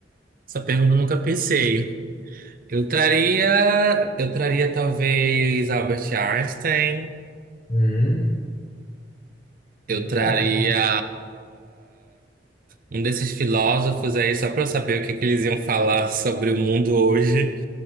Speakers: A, on the right (about 50°); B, on the left (about 35°).
A: essa pergunta eu nunca pensei. Eu traria, eu traria talvez Albert Einstein,
B: Hum,
A: eu
B: muito
A: traria
B: bom. O
A: um desses filósofos aí só para eu saber o que que eles iam falar sobre o mundo hoje,